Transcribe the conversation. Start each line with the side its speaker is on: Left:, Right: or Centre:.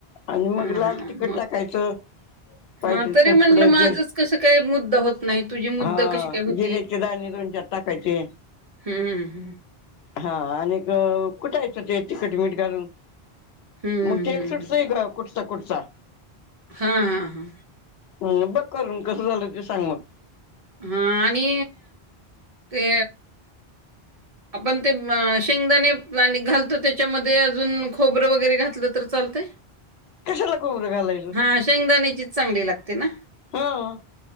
Left: आणि मग
Right: हां,
Left: लाल
Right: हां.
Left: तिखट
Right: मग
Left: टाकायचं. पाहिजेल
Right: हां, तरी
Left: तर
Right: म्हणलं
Left: थोड
Right: माझंच
Left: जर.
Right: कसं काय मुद्दा होत नाही, तुझी मुद्दा
Left: हा.
Right: कशी काय होती?
Left: जिरेचे दाणे दोन-चार का ची
Right: हं, हं.
Left: हा. आणिक कुठे यचं ते तिकटमीट घालून.
Right: हं,
Left: मग तेल
Right: हं,
Left: सुटते कुटता कुटता.
Right: हा हा हा
Left: हम्म बघ करून कसं झालं ते सांग मग
Right: हा आणि ते आपण ते शेंगदाणे आणि घालतो त्याच्यामध्ये अजून खोबरं वगैरे घातलं तर चालतय.
Left: कशाला खोबरं घालायचं
Right: हा शेंगदाण्याचीच चांगली लागते ना
Left: हा